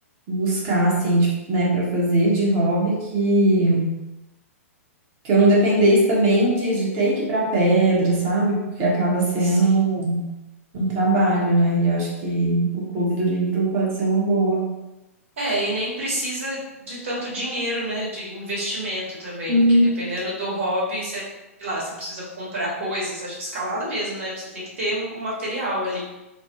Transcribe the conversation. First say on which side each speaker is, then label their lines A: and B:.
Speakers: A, on the right; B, on the right.
A: buscar, assim, de- né, pra fazer de hobby que. que eu não dependesse também de, de ter que ir para pedra, sabe? Porque acaba sendo
B: sim.
A: um trabalho, né? E eu acho que o Clube do Livro pode ser uma boa.
B: É, e nem precisa de tanto dinheiro, né, de investimento também,
A: Hum.
B: porque dependendo do hobby, sei lá, você precisa comprar coisas, acho- escalada mesmo, né? Você tem que ter um um material ali.